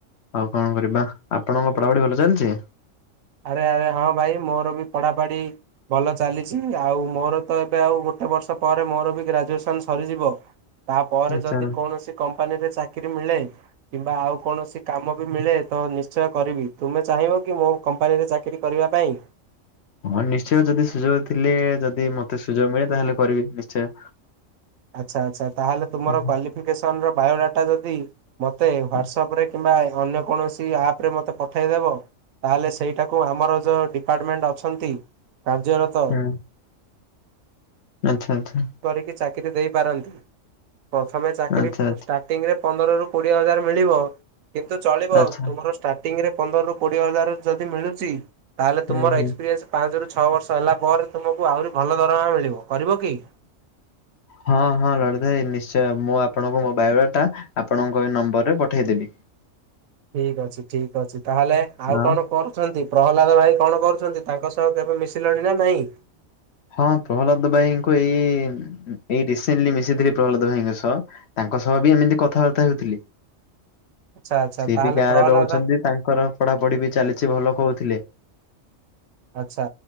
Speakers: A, on the left; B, on the right.
A: ଆଉ କଣ କରିବା। ଆପଣଙ୍କ ପଢ଼ାପଢ଼ି ଭଲ ଚାଲିଛି।
B: ଆରେ ଆରେ ହଁ ଭାଇ ମୋର ବି ପଢାପାଢି। ଭଲ ଚାଲିଛି। ଆଉ ମୋର ତ ଏବେ ଆଉ ଗୋଟେ ବର୍ଷ ପରେ ମୋର ବି ଗ୍ରାଜୁଏସନ୍ ସରିଯିବ। ତାପରେ
A: ଆଚ୍ଛା
B: ଯଦି
A: ହୁଁ।
B: କୌଣସି କମ୍ପାନୀରେ ଚାକିରି ମିଳେ। କିମ୍ବା ଆଉ କୌଣସି କାମ ବି ମିଳେ ତ ନିଶ୍ଚୟ କରିବି। ତୁମେ ଚାହିଁବ କି ମୋ କମ୍ପାନୀରେ ଚାକିରି କରିବା ପାଇଁ?
A: ହଁ ନିଶ୍ଚୟ। ଯଦି ସୁଯୋଗ ଥିଲେ ଯଦି ମତେ ସୁଯୋଗ ମିଳେ ତାହେଲେ କରିବି ନିଶ୍ଚୟ।
B: ଆଚ୍ଛା ଆଚ୍ଛା। ତାହେଲେ ତୁମର
A: ହୁଁ
B: କ୍ୱଲିଫିକେସନ୍ ର ବାୟୋଡାଟା ଯଦି ମୋତେ ହ୍ଵାଟ୍ସଆପ୍
A: ହୁଁ
B: ରେ କିମ୍ବା ଅନ୍ୟ କୌଣସି ଆପ୍ ରେ ମୋତେ ପଠାଇଦେବ ତାହେଲେ ସେଇଟାକୁ ଆମର ଯୋଉ ଡିପାର୍ଟମେଣ୍ଟ ଅଛନ୍ତି। କାର୍ଯ୍ୟରତ
A: ହୁଁ। ଆଚ୍ଛା ଆଚ୍ଛା।
B: କରିକି ଚାକିରି ଦେଇପାରନ୍ତି। ପ୍ରଥମେ ଚାକିରି
A: ଆଚ୍ଛା
B: ଷ୍ଟାଟ୍
A: ଆଚ୍ଛା
B: ଷ୍ଟାର୍ଟିଂ ରେ ପନ୍ଦର ରୁ କୋଡ଼ିଏ ହଜାର ମିଳିବ। କିନ୍ତୁ ଚଳିବ
A: ଆଚ୍ଛା
B: ତୁମର ଷ୍ଟାର୍ଟିଂ ଷ୍ଟାର୍ଟିଂରେ ପନ୍ଦର ରୁ କୋଡ଼ିଏ ହଜାର ଯଦି ମିଳୁଛି। ତାହେଲେ
A: ହୁଁ
B: ତୁମର
A: ହୁଁ।
B: ଏକ୍ସପିରିଏନ୍ସ ପାଞ୍ଚ ରୁ ଛଅ ବର୍ଷ ହେଲା ପରେ ତୁମକୁ ଆହୁରି ଭଲ ଦରମା ମିଳିବ। କରିବ କି?
A: ହଁ ହଁ ଲଳିତ ଭାଇ ନିଶ୍ଚୟ। ମୁଁ ଆପଣଙ୍କୁ ମୋ ବାୟୋଡାଟା ଆପଣଙ୍କ ଏ ନମ୍ବର ରେ ପଠେଇଦେବି
B: ଠିକ୍ ଅଛି ଠିକ୍ ଅଛି। ତାହେଲେ ଆଉ
A: ହଁ
B: କଣ କରୁଛନ୍ତି? ପ୍ରହ୍ଲାଦ ଭାଇ କଣ କରୁଛନ୍ତି? ତାଙ୍କ ସହ କେବେ ମିଶିଲଣି ନା ନାଇଁ?
A: ହଁ ପ୍ରହ୍ଲାଦ ଭାଇଙ୍କୁ ଏଇ ଏଇ ରିସେଣ୍ଟଲି ମିଶିଥିଲି। ପ୍ରହ୍ଲାଦ ଭାଇ ଙ୍କ ସହ। ତାଙ୍କ ସହ ବି ଏମିତି କଥାବାର୍ତ୍ତା ହେଉଥିଲି।
B: ଆଚ୍ଛା ଆଚ୍ଛା
A: ସେ
B: ତାହେଲେ
A: ବି ଗାଁରେ
B: ପ୍ରହ୍ଲାଦ
A: ରହୁଛନ୍ତି। ତାଙ୍କର ପଢାପଢ଼ି ବି ଚାଲିଛି ଭଲ କହୁଥିଲେ।
B: ଆଚ୍ଛା।